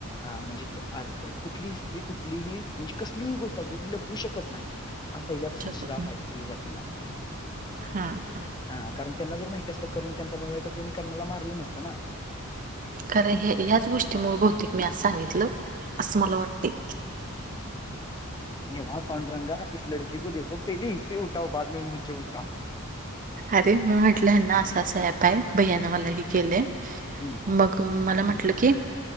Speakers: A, on the left; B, on the right.
A: आं म्हणजे ते आज कुठली स्त्री कुठलीही म्हणजे कसलीही गोष्ट असू दे ती लपवू शकत नाय. हा पहिल्यापासनच
B: शकत
A: श्राप
B: नाही
A: आहे स्त्री जातीला.
B: हा हा
A: हा कारण त्यांना जर माहिती असतं करण त्यांचा भाव आहे तर त्यांनी कर्नाला मारलं नसतं ना.
B: खरं हे ह्याच गोष्टींमुळे बहुतेक मी आज सांगितलं असं मला वाटते.
A: <unintelligible>
B: अरे मी म्हटलं ह्यांना असा असा ऍप आहे भैयानं मला हे केलंय.
A: हम्म.
B: मग मला म्हटलं की,